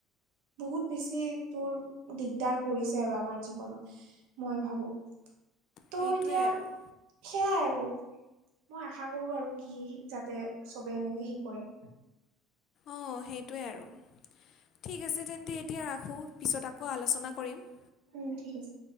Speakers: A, on the right; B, on the left.
A: বহুত বেছি তোৰ দিগদাৰ কৰিছে আৰু আমাৰ জীৱনত। মই ভাবোঁ ত'
B: সেইটোৱে
A: এতিয়া
B: আৰু
A: সেয়াই আৰু মই আশা কৰোঁ আৰু কি যাতে চবে এনেকে সেই কৰে।
B: অঁ সেইটোৱে আৰু ঠিক আছে তেন্তে এতিয়া ৰাখোঁ পিছত আকৌ আলোচনা কৰিম।
A: উম ঠিক আছে।